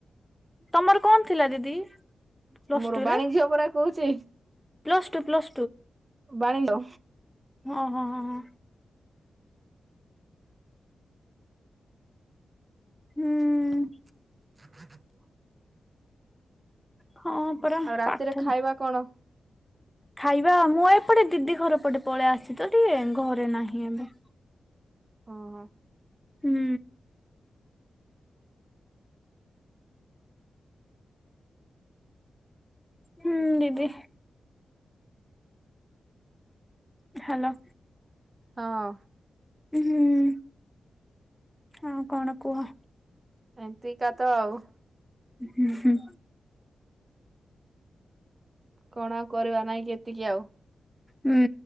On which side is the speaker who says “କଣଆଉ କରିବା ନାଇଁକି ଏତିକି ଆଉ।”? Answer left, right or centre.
Right